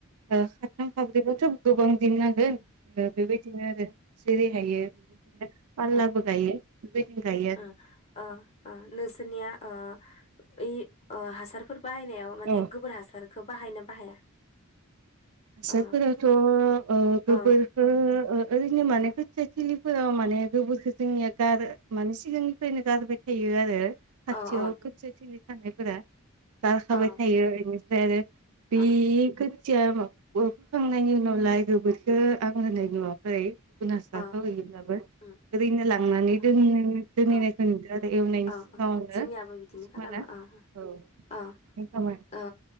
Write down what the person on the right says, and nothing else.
खाथाम खाब्रैबाथ' गोबां दिन नां गोन ओ बेबायदिनो आरो जेरै हायो बेबायदिनो
फालाबो गायो बेबायदिनो गायो आरो
औ
हासार
फोराथ ओ गोबोरखो
ओ ओरैनो माने खोथिया थिलिफोराव माने गोबोरखो जोंनिया गार माने सिगांनिफ्रायनो गारबाय थायो आरो खाथियाव
खोथिया थिलि <unintelligible> गारखाबाय
थायो <unintelligible> ओमफ्राय आरो <unintelligible>
<unintelligible> फोखांनायनि उनावलाय बेगरखो आं होनाय नुवाखै गुबुन हासारखौ
होयोब्लाबो
ओरैनो लांनानै
दोन दोनहैनायखौ
नुदों आरो एवनायनि
सिगाङावनो
किसुमाना
औ
बेबायदिनो
खामो